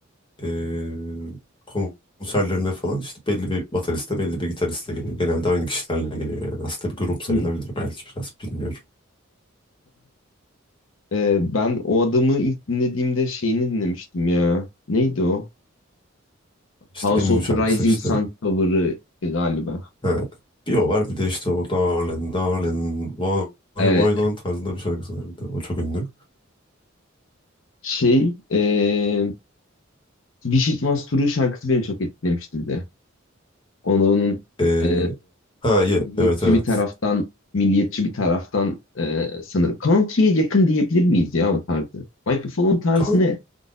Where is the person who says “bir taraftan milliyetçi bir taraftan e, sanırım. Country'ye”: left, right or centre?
Left